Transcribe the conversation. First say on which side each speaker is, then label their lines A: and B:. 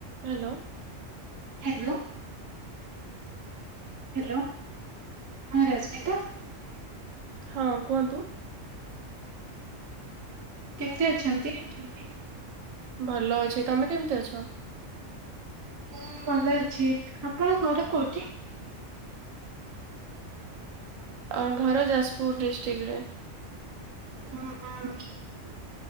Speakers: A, on the right; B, on the right.
A: ହ୍ୟାଲୋ।
B: ହ୍ୟାଲୋ। ହ୍ୟାଲୋ ହଁ ରଶ୍ମିତା।
A: ହଁ କୁହନ୍ତୁ।
B: କେମିତି ଅଛୁ?
A: <unintelligible> ଭଲ ଅଛି ତମେ କେମତି ଅଛ?
B: ମୁଁ ମନେ ଅଛି ଆପଣ ଘର କେଉଁଠି?
A: ଆ ଘର ଯାଜପୁର ଡିଷ୍ଟ୍ରିକ୍ଟ ରେ।
B: ହୁଁ ହୁଁ।